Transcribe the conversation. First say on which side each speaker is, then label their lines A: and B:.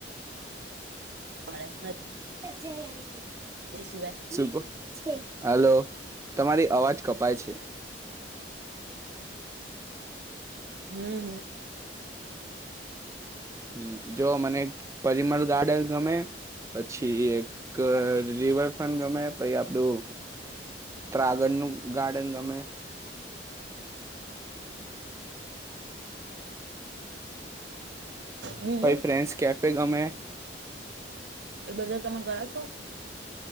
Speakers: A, on the right; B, on the right.
A: હ <inaudible>
B: જ એ?
A: ની સિ વાયનુ
B: શું કહો, હલો, તમારી અવાજ કપાય છે.
A: હમ્મ હમ્મ
B: હ જો મને એક પરિમળ ગાર્ડન ગમે. પછી એક રિવરફ્રન્ટ ગમે, પછી આપડું ત્રાગડ નું ગાર્ડન ગમે.
A: <inaudible> <inaudible> બીજું,
B: પછ ફ્રેન્સ કેફે ગમે
A: એ બધા તમે ગયા છો?